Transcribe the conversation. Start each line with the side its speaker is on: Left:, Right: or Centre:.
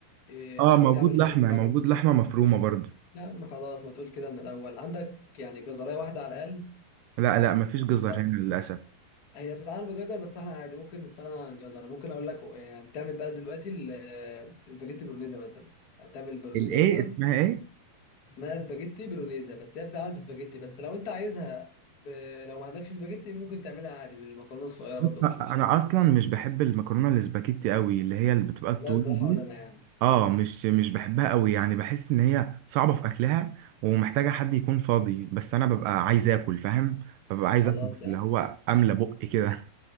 Left: إيه
Right: اه
Left: خليك
Right: موجود
Left: تعمل
Right: لحمة
Left: حاجه اسمها
Right: موجود
Left: بالبيت
Right: لحمة مفرومة برضو
Left: لا ما خلاص ما تقول كده من الاول عندك يعني جزرية واحده على الاقل
Right: لا لا مفيش جزر
Left: لا
Right: هنا للأسف
Left: هي بتتعمل بجزر بس احنا عادي ممكن نستغنى عن الجزر ممكن اقول لك يعني تعمل بقى دلوقتي الاسباجيتي برونيزا مثلا هتعمل برونيزا
Right: الإيه
Left: مثلا
Right: اسمها إيه؟
Left: اسمها اسباجيتي برونيزا بس هي بتتعمل بسباجيتي بس لو انت عايزها ب... لو ما عندكش اسباجيتي ممكن تعملها عادي بالمكرونه الصغيره
Right: بص،
Left: برضه
Right: أنا
Left: مفيش مشكله
Right: أصلا مش بحب المكرونة الاسباجيتي قوي اللي هي اللي بتبقى الطويلة
Left: والله بصراحه
Right: دي
Left: ولا انا يعني
Right: اه مش مش بحبها قوي يعني بحس إن هي صعبة في أكلها ومحتاجة حد يكون فاضي بس أنا ببقى عايز آكل فاهم؟ ببقى عايز
Left: خلاص
Right: آكل
Left: يا
Right: اللي هو أملى بقي كده